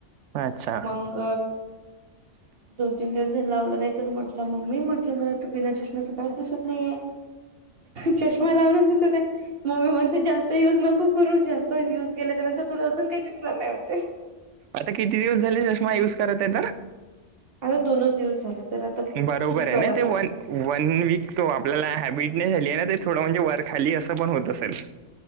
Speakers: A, on the right (about 80°); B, on the right (about 55°).
A: अच्छा
B: मंग
A: <inaudible>
B: दोन तीन दिवस झाल, लावला नाही तर, म्हटलं मम्मी मला त बिना चष्मेचं काहीच दिसत नाहीये. चष्मा लावूनच दिसते. मम्मी म्हणते जास्त युज नको करू, जास्त युज केल्याच्या नंतर तुला अजून काही दिसणार नाही म्हणते.
A: आता किती दिवस झाले, चष्मा यूज करते तर.
B: आता दोनच दिवस झाले, तर आता
A: बरोबर
B: ठीक वाटत
A: ना ते वन
B: आहे.
A: वन वीक, तो आपल्याला हॅबिटनेस झाली आहे ना ते थोड म्हणजे वर खाली असं पण होत असेल. <inaudible>